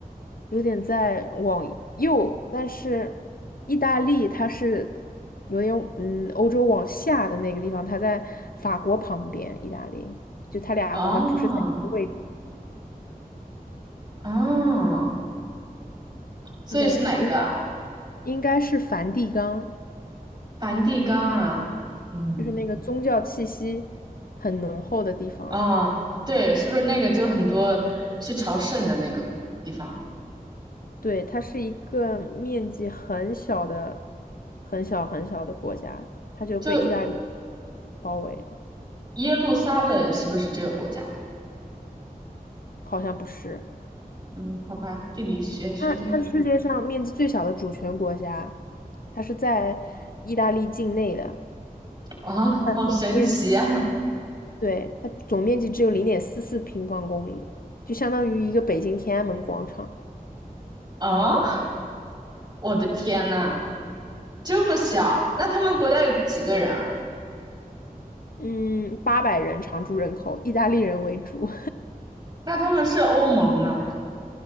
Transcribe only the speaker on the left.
有点在往右，但是意大利它是有点嗯，欧洲往下的那个地方，它在法国旁边，意大利就它俩好像不是在一个位置，
对，应该应该是梵蒂冈，
就是那个宗教气息很浓厚的地方。
对，它是一个面积很小的、很小很小的国家，它就被意大利
包围，
好像不是。
它它是世界上面积最小的主权国家，它是在意大利境内的，
它总面积，
对，它总面积只有零点四四平方公里，就相当于一个北京天安门广场。
嗯，八百人常住人口，意大利人为主，